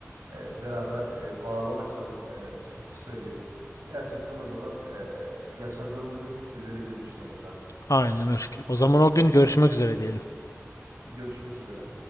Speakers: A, on the right (about 85°); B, on the left (about 80°).
A: e, beraber e, bağlama çalıp e, türkü söyleyelim. Gerçekten o zaman e, yaşadığımızı hissederiz diye düşünüyorum kanka.
B: Aynen öyle. O zaman o gün görüşmek üzere diyelim.
A: Görüşmek üzere.